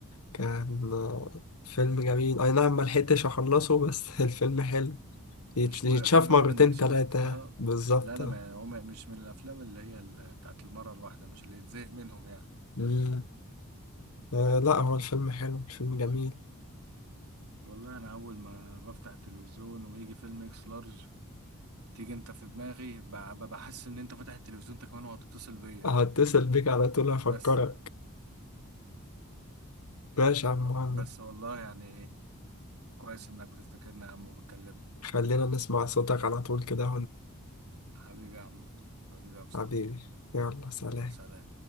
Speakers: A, on the left (about 75°); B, on the right (about 85°).
A: كان آه فيلم جميل اي نعم ما لحقتش اخلصه بس <laughs> الفيلم حلو يتش-
B: مش
A: يتشاف
B: مهم <laughs> المهم
A: مرتين
B: انك شفت
A: تلاتة
B: اه
A: بالظبط
B: لا انا
A: آه.
B: ما يعني هو ما- مش من الافلام اللي هي ال- بتاعت المره الواحده مش اللي يتزهق منهم يعني
A: مم. آه لا هو الفيلم حلو الفيلم جميل
B: والله انا اول ما بفتح التلفزيون ويجي فيلم اكس لارج تيجي انت في دماغي ب- ب- بحس ان انت فاتح التلفزيون انت كمان وهتتصل بيا
A: هتصل بيك على طول هفكرك
B: بس
A: ماشي يا عم
B: ب-
A: مهند
B: بس والله يعني كويس انك بتفتكرنا يا عم وبتكلمنا
A: خلينا نسمع صوتك على طول كده
B: حبيبي يا عم حبيبي يا مصطفى
A: حبيبي يلا سلام
B: الله سلام